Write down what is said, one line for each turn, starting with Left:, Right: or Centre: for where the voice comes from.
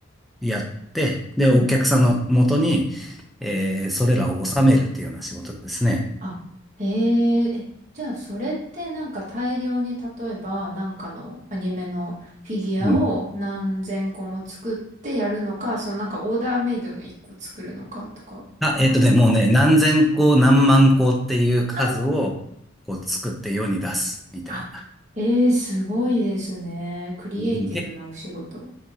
Centre: やって、で、
Right: うん。
Centre: お客さんの元に、えーそれらを収めるっていうような仕事ですね。
Right: あ、へえ、え、じゃあそれってなんか大量に例えばなんかのアニメのフィギュアを何千個も作ってやるのか、
Centre: うん。
Right: そのなんかオーダーメイドの一個作るのかとか、
Centre: あ、
Right: なんか、
Centre: えっとね、もうね、何千個、何万個っていう数を、
Right: あー
Centre: こう作って世に出す、みたいな。
Right: あ、ええ、すごいですね。クリエイティブなお仕事。
Centre: いやでもけ、